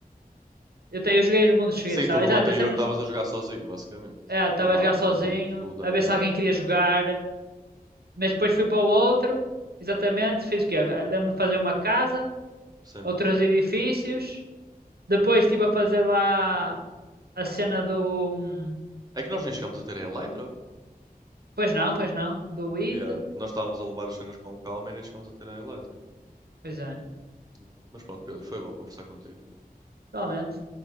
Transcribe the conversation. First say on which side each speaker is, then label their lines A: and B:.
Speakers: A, on the right (about 85°); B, on the right (about 25°).
A: Eu, te- eu joguei os mundos seguidos,
B: Sim,
A: sabe?
B: tu
A: Exato,
B: no anterior
A: esse era...
B: estavas a jogar sozinho, basicamente.
A: ah, estava
B: No, ma-
A: a jogar sozinho,
B: no mundo do Daniel.
A: a ver se alguém queria jogar. Mas depois fui para o outro. Exatamente, fiz o quê? Ah, Lembro-me de fazer uma casa,
B: Sim.
A: outros edifícios. Depois estive a fazer lá a cena do. hum,
B: É que nós nem chegámos a ter a Eletra.
A: Pois não, pois não. Do IT.
B: Yeah. Nós estávamos a levar as cenas com calma e nem chegámos a ter a Eletra.
A: Pois é,
B: Yeah. Mas pronto, Pedro, foi bom conversar contigo.
A: realmente.